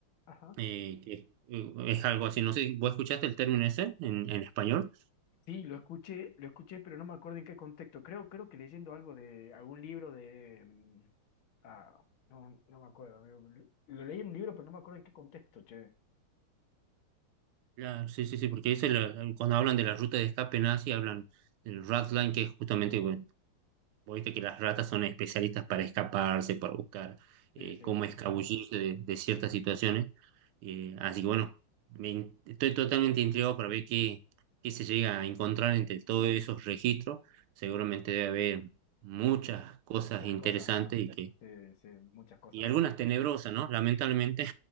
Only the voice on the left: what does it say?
Ajá.
Sí, lo escuché, lo escuché, pero no me acuerdo en qué contexto. Creo, creo que leyendo algo de algún libro de... mm, Ah, no, no me acuerdo. amigo. Lo lo leí en un libro, pero no me acuerdo en qué contexto, che.
Sí, sí.
Ay,
Muchas
cosas más.
Sí, sí, muchas cosas
más.